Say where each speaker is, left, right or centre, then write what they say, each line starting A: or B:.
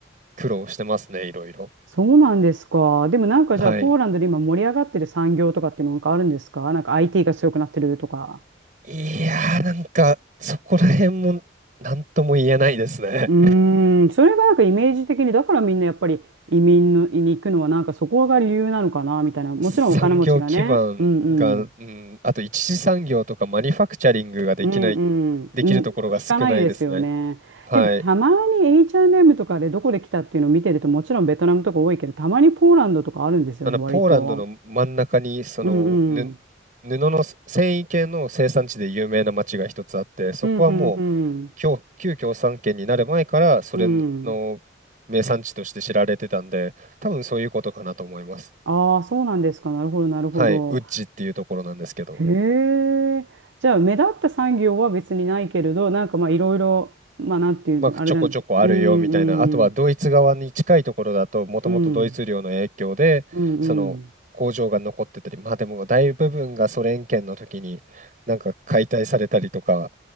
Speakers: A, on the right; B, on the right.
A: 苦労してますね、いろいろ。
B: そうなんですか。でもなんかじゃあ、
A: はい。
B: ポーランドで今盛り上がってる産業とかっていうのなんかあるんですかなんか IT が強くなってるとか。
A: いやー、なんか、そこら辺も、何とも言えないですね。
B: うーん、それがなんかイメージ的に、だからみんなやっぱり移民のに行くのはなんかそこが理由なのかなみたいな。もちろんお金持ちがね。
A: 産業基盤が、
B: うんうん。
A: うん、あと一次産業とかマニュファクチャリングができない、
B: うんうん。
A: できるところが少ないですね。
B: うん、聞かないですよね。
A: はい。
B: でもたまに H&M とかでどこで来たっていうのを見てると、もちろんベトナムとか多いけど、たまにポーランドとかあるんですよね、
A: あの、ポーランドの真ん中に、
B: 割と。
A: その、
B: うんうん。
A: ぬ、布の繊維系の生産地で有名な町が一つあって、そこはもう、
B: うんうんうん。
A: 旧、旧共産圏になる前から、それの名産地として知られてたんで、
B: うん。
A: 多分そういうことかなと思います。
B: ああ、そうなんですか。なるほど、なるほど。
A: はい、ウッジっていうところなんですけど、
B: へえ。じゃあ、目立った産業は別にないけれど、なんかまあ、いろいろ、まあ、なんていうの、
A: まあ、
B: あれなんです。
A: ちょこちょこあるよみたいな、
B: うん、
A: あとはドイツ側に近いところだと、
B: うん、
A: もともとドイツ領の影響で、
B: うん、うん、うん。
A: その工場が残ってたり、まあでも大部分がソ連圏の時になんか解体されたりとか、